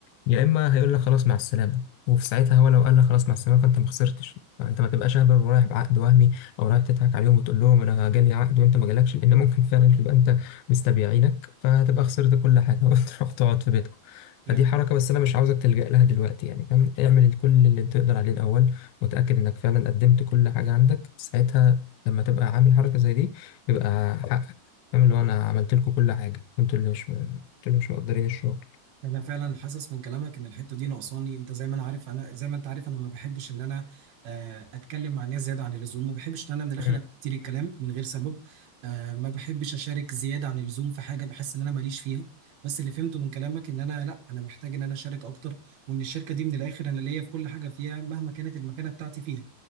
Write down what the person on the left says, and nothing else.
يا اما هيقول لك خلاص مع السلامه وفي ساعتها هو لو قال لك خلاص مع السلامه فانت ما خسرتش فانت ما تبقاش اهبل ورايح بعقد وهمي او رايح تضحك عليهم وتقول لهم انا جالي عقد وانت ما جالكش لان ممكن فعلا تبقى انت مستبيعينك فهتبقى خسرت كل حاجه <laughs> وتروح تقعد في بيتكم فدي
حركه بس انا مش عاوزك تلجأ لها دلوقتي يعني فاهم اعمل كل اللي تقدر عليه الاول وتاكد انك فعلا قدمت كل حاجه عندك ساعتها لما تبقى عامل حركه زي دي يبقى حقك فاهم اللي هو انا عملت لكم كل حاجه انتوا اللي مش انتوا اللي مش مقدرين الشغل
مم.